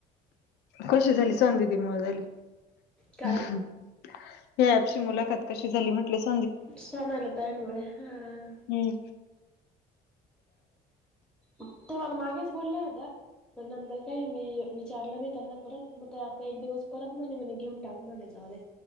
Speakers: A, on the left; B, in the centre.
A: कशी झाली सौधी दि मोळ झाली
B: काय
A: हम्म, या आजची मुलाखात कशी झाली म्हटलीस?
B: <unintelligible>
A: हम्म
B: ते मला मागेच बोलल्या होत्या. पण नंतर काय मी विचारलं नाही त्यांना परत मग आता एक दिवस परत म्हणे म्हणे घेऊन टाक म्हणेच जाऊदे